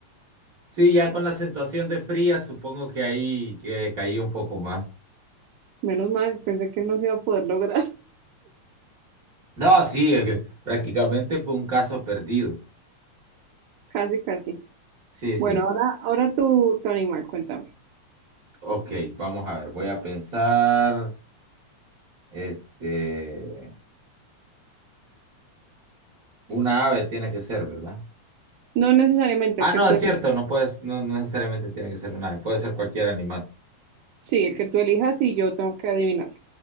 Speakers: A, on the right; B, on the right.
A: sí, ya con la acentuación de fría, supongo que ahí que caí un poco más.
B: Menos mal, pensé que no se iba a poder lograr.
A: No, sí, es que prácticamente fue un caso perdido.
B: <laughs> Casi, casi.
A: Sí,
B: Bueno,
A: sí.
B: ahora, ahora tu, tu animal, cuéntame.
A: Ok, vamos a ver, voy a pensar, este, una ave tiene que ser, ¿verdad?
B: No necesariamente
A: Ah,
B: el
A: no,
B: que tú,
A: es cierto, no puedes, no no necesariamente tiene que ser una ave, puede ser cualquier animal.
B: sí, el que tú elijas y yo tengo que adivinar.